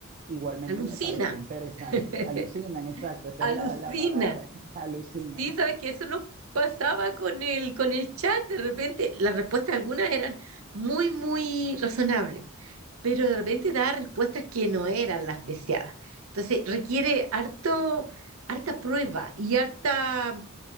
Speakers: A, on the right; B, on the right.
A: Igualmente
B: Alucina.
A: me pareció interesante.
B: <laughs>
A: Alucinan, exacto, esa
B: Alucina.
A: es la, la palabra, <laughs> alucinan.
B: Sí, sabes que eso nos pasaba con el, con el chat. De repente, las respuestas algunas eran muy, muy razonables, pero de repente daba respuestas que no eran las deseadas. Entonces, requiere harto, harta prueba y harta